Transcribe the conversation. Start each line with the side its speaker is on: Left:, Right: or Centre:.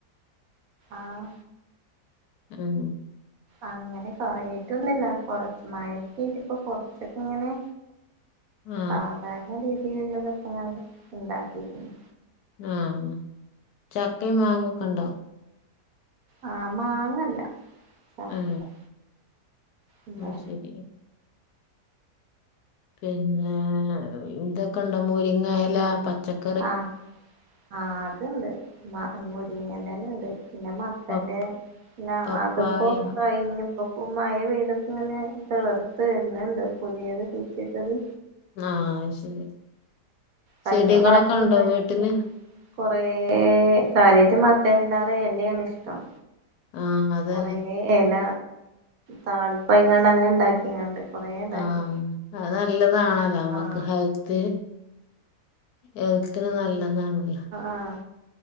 Right: ആഹ്
Left: ഉം
Right: അങ്ങനെ കൊറഞ്ഞിട്ട് ഒന്നൂല്ല കൊറ മയക്കിട്ട് ഇപ്പൊ കൊറച്ചൊക്കെ ഇങ്ങനെ
Left: ആ
Right: സാധാരണ രീതിയിലുള്ളതൊക്കെ ഞാൻ ഇണ്ടാക്കിയിരുന്നു
Left: ആഹ് ചക്കേം മാങ്ങെക്കൊണ്ടൊ
Right: ആഹ് മാങ്ങല്ല ചക്ക
Left: ഏ
Right: എന്താ
Left: അത് ശരി പിന്നെ ഇതൊക്കൊണ്ടോ മുരിങ്ങെല പച്ചക്ക
Right: ആഹ് ആഹ് അത്ണ്ട് മ മുരിങ്ങെണ്ടെല ഇണ്ട് പിന്നെ മ ത്തന്റെ
Left: പ
Right: പിന്നെ
Left: പപ്പായ
Right: അതിപ്പൊ കഴിഞ്ഞപ്പം മഴ പെയ്തപ്പ ഇങ്ങനെ തളിർത്ത് വര്ന്നൊണ്ട് പുതിയത് കുഴിച്ചിട്ടത്
Left: ആഹ് ശരി
Right: കഴിഞ്ഞ
Left: ചെടികളൊക്കെ
Right: പ്രാവശ്യം
Left: ഒണ്ടോ
Right: ഉണ്ടാക്കിയ
Left: വീട്ടില്
Right: കൊറേ കാര്യായിട്ട് <unintelligible> എന്നെയാണ് ഇഷ്ടം
Left: ആഹ് അതന്നെ
Right: കൊറേ എല താളിപ്പയങ്ങാണ്ട് അങ്ങനെ ഇണ്ടാക്കിയാണ്ട് കൊറേ ഇണ്ടാക്കി
Left: ആഹ് അത് നല്ലതാണല്ല നമ്മക്ക്
Right: ആഹ്
Left: ഹൽത്ത് ഹെൽത്തിന് നല്ലതാണല്ലൊ
Right: ആഹ്